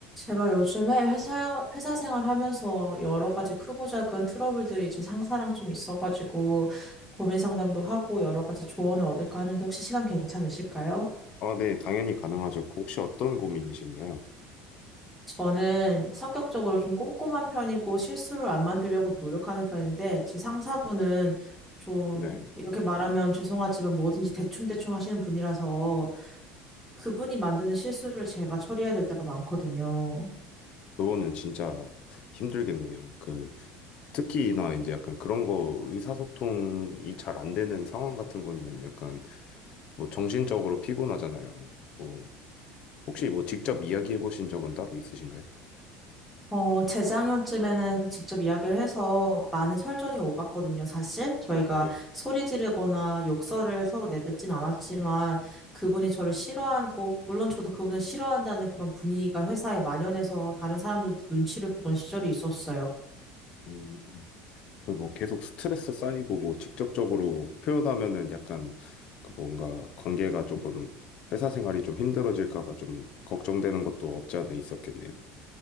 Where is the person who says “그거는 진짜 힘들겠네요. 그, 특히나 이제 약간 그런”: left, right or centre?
Left